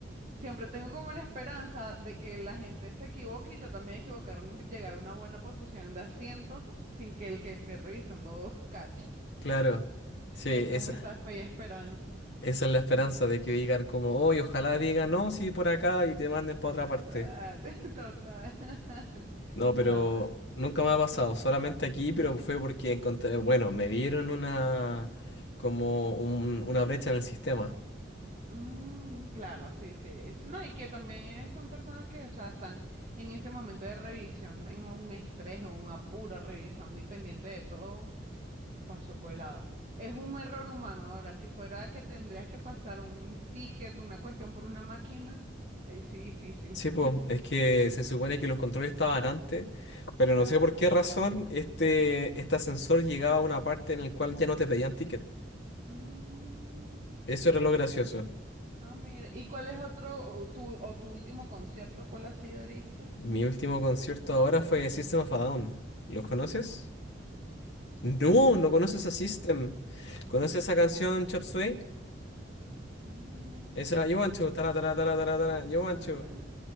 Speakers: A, on the right (about 40°); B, on the left (about 65°).
A: Siempre tengo como la esperanza de que la gente se equivoque y yo también equivocarme y llegar a una buena posición de asiento sin que el que esté revisando <laughs> cache.
B: Claro, sí,
A: Es como
B: esa,
A: esa fe y esperanza.
B: esa es la esperanza de que digan como, oye, ojalá digan, no, sí, por acá y te manden para
A: Total,
B: otra parte.
A: <laughs> total.
B: No, pero
A: No,
B: nunca me ha pasado, solamente aquí, pero fue porque encontré, bueno, me dieron una, como un- una brecha en el sistema.
A: Mm, claro, sí, sí. Es- no, y que también eh, son personas que, o sea, están en ese momento de revisión, en un estrés o un apuro, revisando y pendiente de todo, pasó colado. Es un error humano. Ahora, si fuera que tendrías que pasar un ticket, una cuestión por una máquina, ahí sí difícil.
B: Sí, pues,
A: <laughs>
B: es que se supone que los controles estaban antes, pero
A: Ah,
B: no sé por
A: mira,
B: qué razón
A: claro.
B: este, este ascensor llegaba a una parte en el cual ya no te pedían ticket.
A: Mm,
B: Eso era lo gracioso.
A: ah, mira. ¿Y cuál es otro, o tu, o tu último concierto? ¿Cuál ha sido ahorita?
B: Mi último concierto ahora fue System of a Down. ¿Los conoces?
A: No.
B: No,
A: Mira.
B: no conoces a System.
A: Mm, No,
B: ¿Conoces
A: no,
B: esa canción Chop Suey?
A: no.
B: Esa, You want to, tara, tara, tara, tara, tara,
A: Ah,
B: you want to.
A: mira.